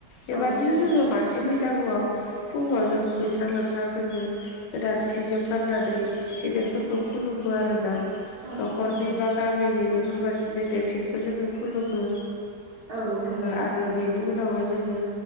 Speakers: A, on the left; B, on the right.
A: बेबादिनो
B: औ नंगौ नोंथां
A: जोङो मानसि
B: औ
A: बैसागुआव फुङावनो दुगैस्रां लोबस्रां जोङो गोदानसेजों गाननानै गेदेरफोरखौ खुलुमो
B: औ नंगौ
A: आरोना न'खरनि
B: नोंथां
A: बा गामिनि बेफोरबायदि दिनो देरसिनखौ जोङो खुलुमो
B: औ नंगौ नोंथां
A: आरो बेनि उनावहाय जोङो